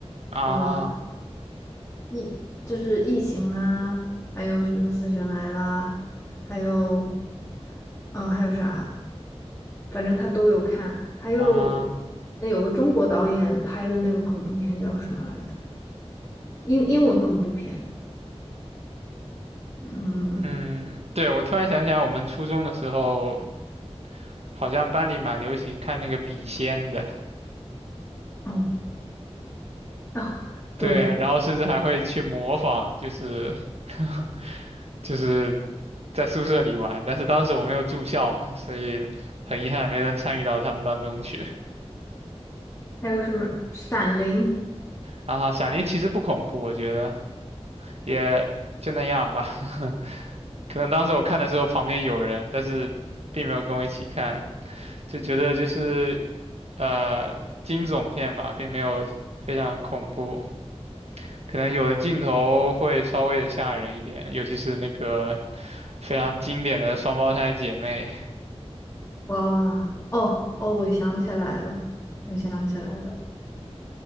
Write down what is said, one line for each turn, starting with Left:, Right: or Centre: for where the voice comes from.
Right: 啊
Left: 什么异就是异形啦，还有什么死神来啦，还有嗯还有啥，反正她都有看。还有
Right: 啊，
Left: 那有个中国导演拍的那个恐怖片叫什么来着？英英文恐怖片，嗯嗯
Right: 嗯，对，我突然想起来，我们初中的时候好像班里蛮流行看那个笔仙的，
Left: 嗯哦哦，
Right: 对，
Left: 对。
Right: 然后甚至还会去模仿，就是 <laughs> 就是在宿舍里玩，但是当时我没有住校嘛，所以很遗憾没能参与到他们当中去。
Left: 还有什么《闪灵》？
Right: 啊，《闪灵》其实不恐怖，我觉得也就那样吧。<laughs> 可能当时我看的时候旁边有人，但是并没有跟我一起看，就觉得就是呃惊悚片吧，并没有非常恐怖。可能有的镜头会稍微的吓人一点，尤其是那个非常经典的双胞胎姐妹。
Left: 哇，哦哦，我想起来了，我想起来了，